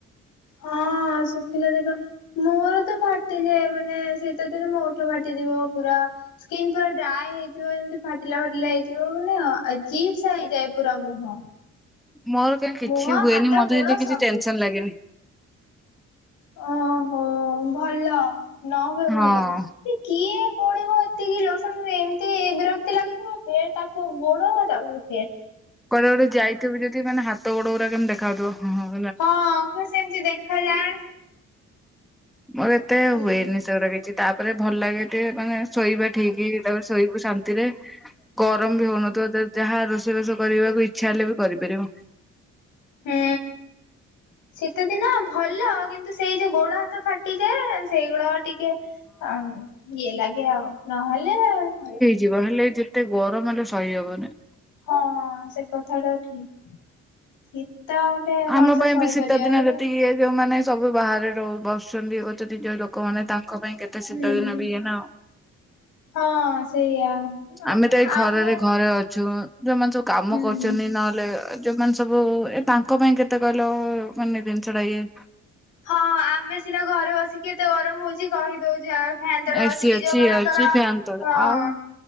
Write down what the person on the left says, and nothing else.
ହଁ ସୁଖିଲା ଦେଖ ମୋର ତ ଫାଟିଯାଏ ମାନେ ଶୀତ ଦିନ ମୋ ଓଠ ଫାଟିଯିବ ପୁରା। ସ୍କିିନ ପୁରା ଡ୍ରାଏ ହେଇଥିବ ଏମିତି ଫାଟିଲା ଫାଟିଲା ହେଇ ଯଉ ମାନେ ଅଜୀପ୍ସା ହେଇଯାଏ ପୁରା ମୁହଁ।
ମୁହଁ
ହାତ
ଗୋଡ
ସବୁ।
ଓ ହୋ ଭଲ ନ ହୁଏ ଭଲ।
ସେ କିଏ ବୁଲିବ ଏତିକି ଲୋସଣି ରେ ଏମିତି ବିରକ୍ତି ଲାଗୁଥିବ ପେ ତା କଉ ଗୋଡ଼ ତା ଫେର୍
ହଁ ପା ସେମିତି ଦେଖାଯାଏ।
ହୁଁ
ହୁଁ। ଶୀତ ଦିନ ଭଲ କିନ୍ତୁ ସେଇ ଯଉ ଗୋଡ ହାତ ଫାଟିଯାଏ ସେଇଗୁଡା ଟିକେ ହଁ ଇଏ ଲାଗେ ଆଉ ନହେଲେ ଭଲ।
ହଁ ସେ କଥା ଟା ଠିକ୍ ଶୀତ ମଣିଷ
ସହିପାରିବ
ଏଇ
ହୁଁ-ହଁ
ସେଇଆ। ମାନେ
ଆମେ
ହୁଁ।
ହଁ ଆମେ ସିନା ଘରେ ବସିକି ଏତେ ଗରମ୍ ହଉଚି କହିଦଉଚେ ଆଉ ଫ୍ୟାନ୍ ତଳେ
ବସିକି
ଯଉ ମାନଙ୍କର
ହଁ-